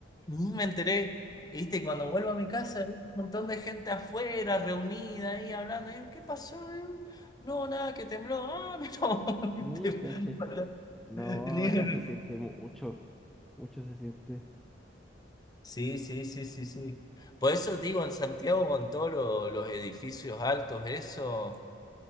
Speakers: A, on the left; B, in the centre.
A: ni me enteré, ¿viste? Y Cuando vuelvo a mi casa, había un montón de gente afuera, reunida ahí hablando. Y yo, ¿qué pasó? No, nada, que tembló. Ah, pero... <laughs>
B: Ni caché. No,
A: ¿viste? Ni-
B: acá se siente mucho. Mucho se siente.
A: Sí, sí, sí, sí, sí, sí. Por eso digo, en Santiago con todos lo- los edificios altos, eso...